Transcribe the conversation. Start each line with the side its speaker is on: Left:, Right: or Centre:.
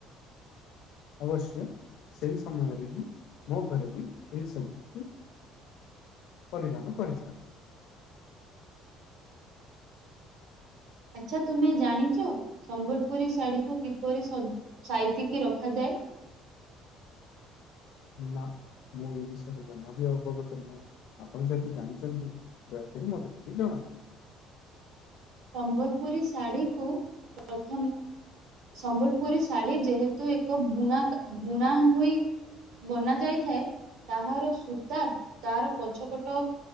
Left: ଅବଶ୍ୟ ସେଇ ସମମୟରେ ହିଁ ମୋ ଘରେ ଏହି ସବୁ କୁ। ପରିଧାନ କରିଥାନ୍ତି।
Right: ଆଚ୍ଛା ତୁମେ ଜାଣିଛ ସମ୍ବଲପୁରୀ ଶାଢୀ କୁ କିପରି ସଜ ସାଇତିକି ରଖାଯାଏ।
Left: ନା ମୁଁ ଏଇ ବିଷୟ ରେ ଜମା ବି ଅବଗତ ନାହିଁ। ଆପଣ ଯଦି ଜାଣିଛନ୍ତି ଦୟାକରି ମତେ ଟିକ ଜଣାନ୍ତୁ।
Right: ସମ୍ବଲପୁରୀ ଶାଢ଼ୀକୁୁ ପ୍ରଥମ ସମ୍ବଲପୁରୀ ଶାଢ଼ୀ ଯେହେତୁ ଏକ ବୁଣା କା ବୁଣା ହୋଇ। ବନା ଯାଇଥାଏ ତାହାର ସୂତା ତାର ପଛପଟ।